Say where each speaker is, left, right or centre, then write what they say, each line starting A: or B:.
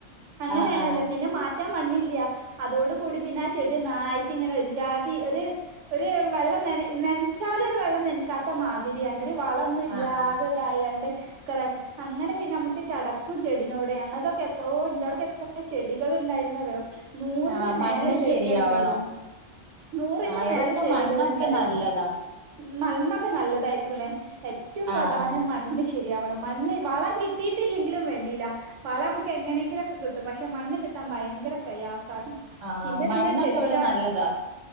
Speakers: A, on the right (about 75°); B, on the right (about 60°).
A: അങ്ങനെയാണല്ലോ
B: ആഹ് ആഹ്
A: പിന്നെ മാ റ്റാം മണ്ണില്ല അതോട് കൂടി പിന്നെ ആ ചെടി ഒന്നായിട്ട് ഇങ്ങനെ ഒരു ജാതി ഒര്. ഒരു വെള്ളം ന്നന ന്നനച്ചാല് ഒരു വെള്ളം നനകാ ത്ത മാതിരിയാണ് ഒര് വളം ഒന്നും ഇല്ലാതെ
B: ആഹ് ആഹ്
A: തായാണ്ട് ഒക്കെതാ അങ്ങനെ പിന്നെ നമുക്ക് ചടക്കും ചെടിനോട് ഞങ്ങൾതൊക്കെ എത്രോ ഇന്റോടെകെ എത്ര ചെടികൾ ഉണ്ടായിരുന് അറിയോ. നൂറിന്റെ
B: ആഹ് മണ്ണ്
A: മേലെ ചെടികൾ
B: ശരിയാവണം
A: ഉണ്ടായിരുന്നു. നൂറിന്റെ
B: ആഹ് ഇവിടുത്തെ
A: മേലെ ചെടികൾ
B: മണ്ണൊക്കെ
A: ഉണ്ടായിരുന്നു.
B: നല്ലതാ
A: മല്മൊക്കെ നല്ലതായിരിക്കുംല്ലേ ഏറ്റവും പ്രധാനം
B: ആഹ് ആഹ്
A: മണ്ണ് ശരിയാവണം മണ്ണ്. വളം കിട്ടിയിട്ടില്ലെങ്കിലും വേണ്ടില. വളം മ്മക്ക് എങ്ങനെങ്കിലുംഒക്കെ കിട്ടും പക്ഷെ മണ്ണ് കിട്ടാൻ ഭയങ്കര പ്രയാസാണ്.
B: ആഹ്
A: പിന്നെ
B: മണ്ണൊക്കെ
A: പിന്നെ ചെടിക്കാ
B: ഇവിടെ നല്ലതാ.